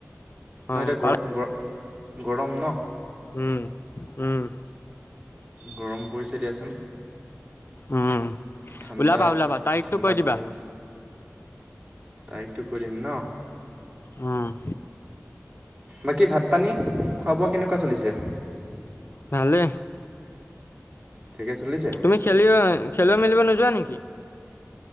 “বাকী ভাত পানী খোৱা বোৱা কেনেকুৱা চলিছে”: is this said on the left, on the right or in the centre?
Right